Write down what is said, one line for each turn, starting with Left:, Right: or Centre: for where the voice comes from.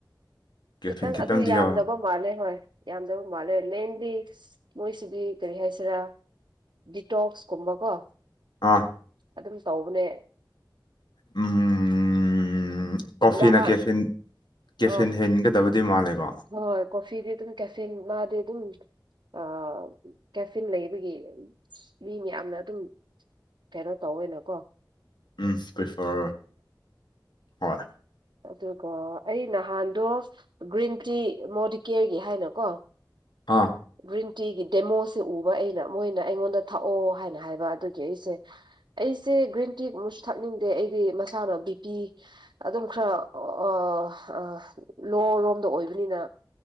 Left: ꯀꯦꯐꯤꯟ
Right: ꯈꯤꯇꯪ
Left: ꯈꯤꯇꯪꯗꯤ
Right: ꯑꯗꯨ ꯌꯥꯝꯗꯕ
Left: ꯌꯥꯎ
Right: ꯃꯥꯜꯂꯦ ꯍꯣꯏ ꯌꯥꯝꯗꯕ ꯃꯥꯜꯂꯦ ꯃꯦꯟꯂꯤ ꯃꯣꯏꯁꯤꯗꯤ ꯀꯔꯤ ꯍꯥꯏꯁꯤꯔꯥ ꯗꯤꯇꯣꯛꯁ ꯀꯨꯝꯕꯀꯣ
Left: ꯑꯥ
Right: ꯑꯗꯨꯝ ꯇꯧꯕꯅꯦ
Left: ꯎꯝ <unintelligible> ꯀꯣꯐꯤꯅ
Right: ꯅꯍꯥꯟ
Left: ꯀꯦꯐꯤꯟ ꯀꯦꯐꯤꯟ
Right: ꯑ
Left: ꯍꯦꯟꯒꯗꯕꯗꯤ ꯃꯥꯜꯂꯦꯀꯣ
Right: ꯍꯣꯏ ꯀꯣꯐꯤꯗꯤ ꯑꯗꯨꯝ ꯀꯦꯐꯤꯟ ꯃꯥꯗꯤ ꯑꯗꯨꯝ ꯑ ꯀꯦꯐꯤꯟ ꯂꯩꯕꯒꯤ ꯃꯤ ꯃꯌꯥꯝꯅ ꯑꯗꯨꯝ ꯀꯩꯅꯣ ꯇꯧꯋꯦꯅ ꯀꯣ
Left: ꯎꯝ ꯄ꯭ꯔꯤꯐꯔ ꯍꯣꯏ
Right: ꯑꯗꯨꯒ ꯑꯩ ꯅꯍꯥꯟꯗꯣ ꯒ꯭ꯔꯤꯟ ꯇꯤ ꯃꯣꯗꯤꯀꯦꯔꯒꯤ ꯍꯥꯏꯅ ꯀꯣ
Left: ꯑꯥ
Right: ꯒ꯭ꯔꯤꯟ ꯇꯤꯒꯤ ꯗꯦꯃꯣꯁꯦ ꯎꯕ ꯑꯩꯅ ꯃꯣꯏꯅ ꯑꯩꯉꯣꯟꯗ ꯊꯥꯛꯑꯣ ꯍꯥꯏꯅ ꯍꯥꯏꯕ ꯑꯗꯨꯒꯤ ꯑꯩꯁꯦ ꯑꯩꯁꯦ ꯒ꯭ꯔꯤꯟ ꯇꯤꯒꯨꯝꯁꯨ ꯊꯛꯅꯤꯡꯗꯦ ꯑꯩꯗꯤ ꯃꯁꯥꯅ ꯕꯤ ꯄꯤ ꯑꯗꯨꯝ ꯈꯔ ꯑꯥ ꯑꯥ ꯂꯣꯔꯣꯝꯗ ꯑꯣꯏꯕꯅꯤꯅ